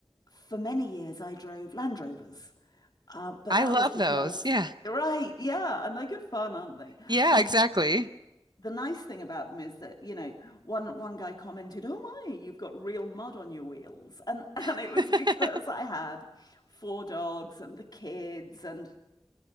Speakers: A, on the left; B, on the right.
A: for many years, I drove Land Rovers, um, but
B: I
A: that
B: love
A: was because,
B: those. Yeah.
A: right, yeah, and they're good fun, aren't they?
B: Yeah,
A: And
B: exactly.
A: the nice thing about them is that, you know, one one guy commented, "Oh my, you've got real mud on your wheels," and <laughs> and
B: <laughs>
A: it was because I had four dogs and the kids, and